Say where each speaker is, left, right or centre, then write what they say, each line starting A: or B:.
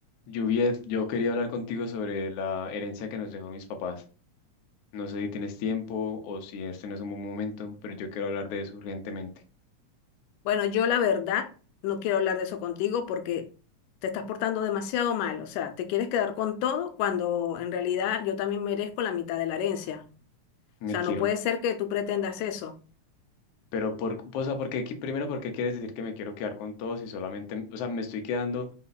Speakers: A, on the left; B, on the left.
A: Juviet, yo quería hablar contigo sobre la herencia que nos dejó mis papás. No sé si tienes tiempo o si este no es un buen momento, pero yo quiero hablar de eso urgentemente.
B: Bueno, yo la verdad no quiero hablar de eso contigo porque te estás portando demasiado mal. O sea, te quieres quedar con todo cuando en realidad yo también merezco la mitad de la herencia.
A: Me
B: O sea,
A: quiero,
B: no puede ser que tú pretendas eso.
A: pero por, o sea, porque primero, ¿por qué quieres decir que me quiero quedar con todos y solamente, o sea, me estoy quedando